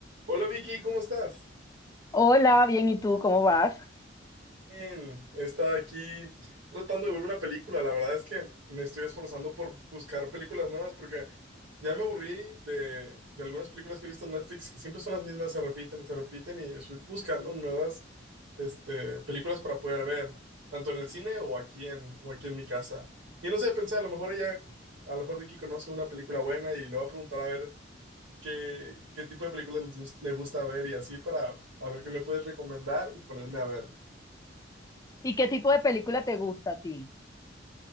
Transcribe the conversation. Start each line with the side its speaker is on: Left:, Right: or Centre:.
Right: Hola Vicky, ¿cómo estás?
Left: Hola, bien, ¿y tú cómo vas?
Right: Bien, estaba aquí tratando de ver una película. La verdad es que me estoy esforzando por buscar películas nuevas porque ya me aburrí de, de algunas películas que he visto en Netflix que siempre son las mismas, se repiten y se repiten y estoy buscando nuevas este, películas para poder ver, tanto en el cine o aquí en, o aquí en mi casa. Y no sé, pensé, a lo mejor ella, a lo mejor Vicky conoce una película buena y le voy a preguntar a ver qué, qué tipo de películas les gus- le gusta ver y así para a ver qué me puedes recomendar y ponerme a ver.
Left: ¿Y qué tipo de película te gusta a ti?